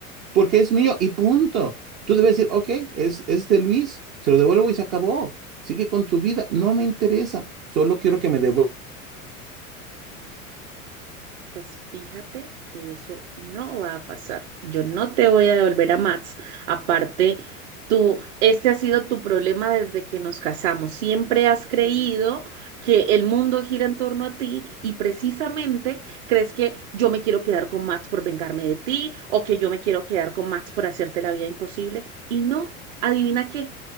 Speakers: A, on the right; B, on the right.
A: porque es mío y punto. Tú debes decir, ok, es, es de Luis, se lo devuelvo y se acabó. Sigue con tu vida, no me interesa, solo quiero que me devuelva.
B: Pues fíjate que eso no va a pasar. Yo no te voy a devolver a Mats. Aparte, tú, este ha sido tu problema desde que nos casamos. Siempre has creído que el mundo gira en torno a ti y precisamente crees que yo me quiero quedar con Mats por vengarme de ti o que yo me quiero quedar con Mats por hacerte la vida imposible. Y no, adivina qué,